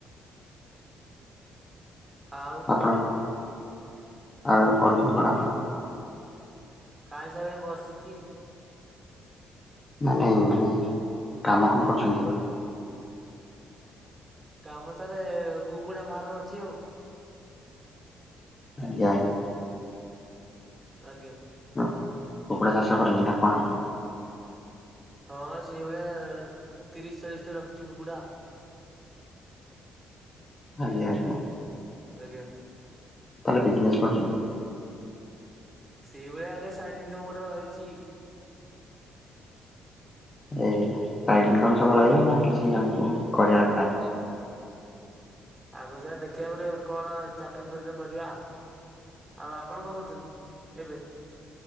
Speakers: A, on the right (about 15°); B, on the left (about 25°).
A: ଆଉ।
B: ଆପଣ ଆଉ ଅଳ୍ପୀ ପଣା ଫଣା।
A: ଖାଇ ସାରି ବସିଛି।
B: ମାନେ ମାନେ କାମ କଣ କରୁଛନ୍ତି ଏବେ।
A: କାମ ସାରେ କୁକୁଡାଫାର୍ମ ଅଛି ଆଉ।
B: ଆଜ୍ଞା ଆଜ୍ଞା।
A: ଆଜ୍ଞା।
B: ହଁ କୁକୁଡ଼ା ଚାଷ କରନ୍ତି ନା କଣ।
A: ହଁ ସେଇଭଳିଆ ତିରିଶ ଚାଳିଶ ଟା ରଖୁଛି କୁକୁଡା। <inaudible>
B: ଆଜ୍ଞା ଆଜ୍ଞା।
A: ଆଜ୍ଞା।
B: ତାଲେ ବିଜିନେସ୍ କରୁଛନ୍ତି ଆପଣ?
A: ସେଇଭଳିଆ ଆଗେ ସାଇଡ ଇନକମ ଗୋଟେ ରହିଛି।
B: ଏ ସାଇଡ ଇନକମ ସବୁ ରହିବ ନା କିଛି ଆଗକୁ କରିବା ପ୍ଲାନ।
A: ଆଗରୁ ସାର୍ ଦେଖିବା ଗୋଟେ କଣ ଚାକିରି ଫାକିରୀ ଗୁଟେ କରିବା। ଆଉ ଆପଣ କଣ କରୁଛନ୍ତି, ଏବେ।